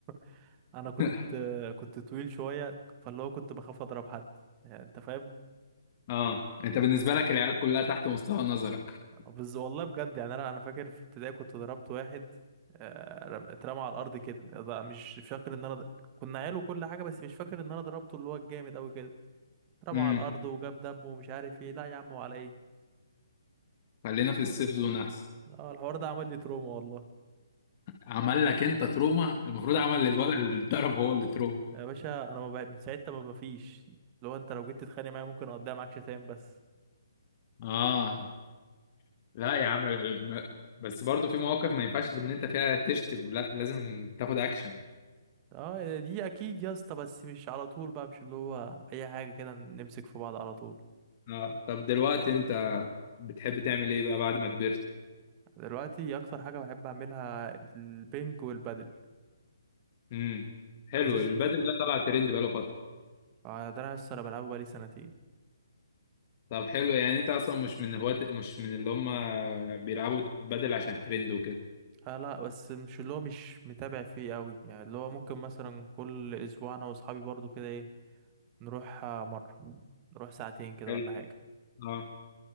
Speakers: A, on the right; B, on the left.
A: <laughs> انا كنت
B: <laughs>
A: آه، كنت طويل شويه فاللي هو كنت بخاف اضرب حد يعني انت فاهم
B: اه انت بالنسبه لك العيال كلها تحت مستوى نظرك
A: بس والله بجد يعني انا انا فاكر في ابتدائي كنت ضربت واحد آه، رم- اترمى على الارض كده ده مش فاكر ان انا د... كنا عيال وكل حاجه بس مش فاكر ان انا ضربته اللي هو الجامد قوي كده اترمى
B: امم
A: على الارض وجاب دم ومش عارف ايه لا يا عم وعلى ايه
B: خلينا في السيف زون احسن
A: اه الحوار ده عمل لي تروما والله
B: عمل لك انت تروما المفروض
A: اه
B: عمل للولد اللي اتضرب هو اللي تروما
A: يا باشا انا ما بقى من ساعتها ما مفيش لو انت لو جيت تتخانق معايا ممكن اقضيها معاك شتايم بس
B: اه لا يا عم الم- بس برضو في مواقف ما ينفعش ان انت فيها تشتم لا لازم تاخد اكشن
A: اه دي اكيد يا اسطى بس مش على طول بقى مش اللي هو اي حاجه كده نمسك في بعض على طول
B: اه طب دلوقتي انت بتحب تعمل ايه بقى بعد ما كبرت
A: دلوقتي اكتر حاجه بحب اعملها البنج والبادل
B: امم حلو
A: عزيز
B: البدل ده طلع ترند بقاله فترة
A: آه، ده انا لسه انا بلعبه بقالي سنتين
B: طب حلو يعني انت اصلا مش من هواة مش من اللي هم بيلعبوا بدل عشان ترند وكده
A: آه لا بس مش اللي هو مش متابع فيه قوي يعني اللي هو ممكن مثلا كل اسبوع انا واصحابي برضو كده ايه نروح آه، مرة نروح ساعتين كده
B: حلو
A: ولا حاجة
B: اه